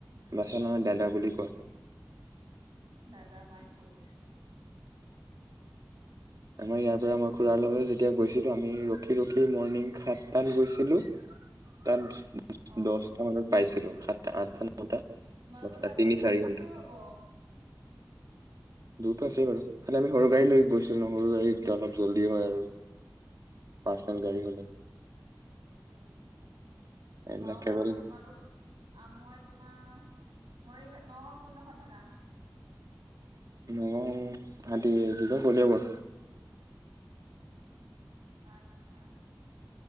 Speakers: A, on the right; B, on the right.
A: বাচ্ছা নহয় দাদা বুলি কয়
B: দাদা মাই ফুত।
A: আমাৰ ইয়াৰ পৰা মই খুড়াৰ লগলৈ যেতিয়া গৈছিলো আমি ৰখি ৰখি মৰ্ণিং সাতটাত গৈছিলো। তাত
B: অ
A: দহটা মানত পাইছিলো সাত। তাত আঠতো ন তো
B: তোমালোকৰ
A: দচ তো
B: তাৰ পৰা
A: তিনি
B: বহুত
A: চাৰি ঘণ্টা।
B: দূৰ হব
A: দূৰতো আছেই বাৰু খালি আমি সৰু গাড়ী লৈ গৈছো। সৰু গাড়ী এয়া অলপ জল্দি হয় আৰু পাৰ্চ গাড়ী হলে।
B: উম
A: এইবিলাক
B: নগাঁওহে
A: ট্ৰেভেল
B: তোমালোক মই তোমাৰ। অহ মৰিগাঁ নগাঁও কোনডোখৰ থকা।
A: নগাওঁ সতি কলীবাৰ।
B: আত্ছা।